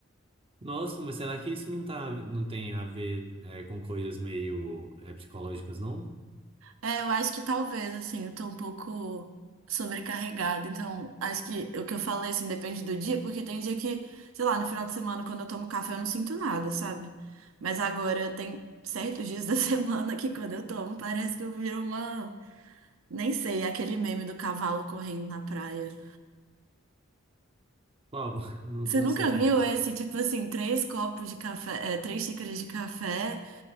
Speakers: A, on the right; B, on the right.
A: Nossa, mas será que isso não tá, não tem a ver, é, com coisas meio, é, psicológicas, não?
B: É, eu acho que talvez, assim, eu tô um pouco sobrecarregada. Então, acho que o que eu falei, assim, depende do dia, porque tem dia que, sei lá, no final de semana, quando eu tomo café, eu não sinto nada, sabe? Mas agora tem certos dias da <laughs> semana que quando eu tomo, parece que eu viro uma. Nem sei, aquele meme do cavalo correndo na praia.
A: Qual? <laughs> Eu não,
B: Você
A: não
B: nunca
A: sei
B: viu
A: qual.
B: esse, tipo assim, três copos de café, é, três xícaras de café